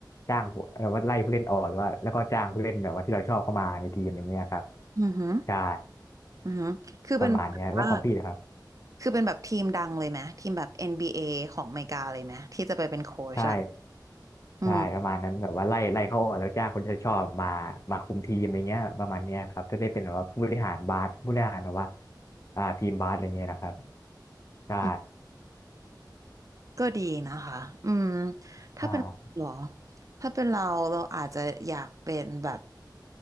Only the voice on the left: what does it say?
จ้างผู้เอ่อว่าไล่ผู้เล่นออกหรือว่าแล้วก็จ้างผู้เล่นแบบว่าที่เราชอบเข้ามาในทีมอย่างเงี้ยครับ
ใช่
ประมาณเนี้ยแล้วของพี่นะครับ
ใช่
ใช่ประมาณนั้นแบบว่าไล่ไล่เขาออกแล้วจ้างคนที่เขาชอบมามาคุมทีมอะไรเงี้ยประมาณเนี้ยครับจะได้เป็นแบบว่าผู้บริหารบาสผู้บริหารแบบว่าอ่าทีมบาสอะไรเงี้ยนะครับใช่
อ่า